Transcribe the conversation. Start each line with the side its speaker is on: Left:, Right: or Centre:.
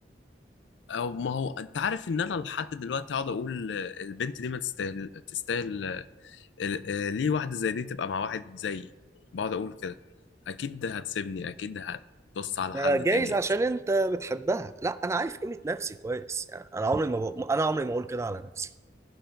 Left: او ما هو انت عارف ان انا لحد دلوقتي اقعد اقول البنت دي ما تستاهل تستاهل ال- آه، ليه واحده زي دي تبقى مع واحد زيي بقعد اقول كده اكيد هتسيبني اكيد هتبص على
Right: ده
Left: حد
Right: جايز
Left: تاني
Right: عشان انت بتحبها لا انا عارف قيمة نفسي كويس يعني انا عمري ما ب... انا عمري ما اقول كده على نفسي